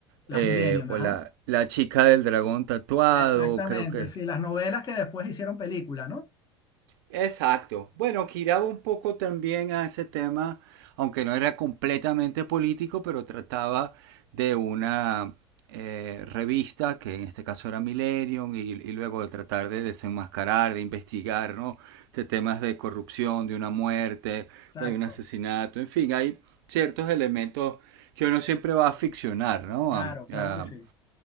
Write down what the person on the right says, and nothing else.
eh,
o
la, la chica del dragón tatuado,
creo que
Exacto. Bueno, giraba un poco también a ese tema, aunque no era completamente político, pero trataba de una eh, revista, que en este caso era Millennium, y, y luego de tratar de desenmascarar, de investigar, ¿no? De temas de corrupción, de una muerte,
que hay un asesinato, en fin, hay ciertos elementos que uno siempre va a ficcionar, ¿no?
A-
a-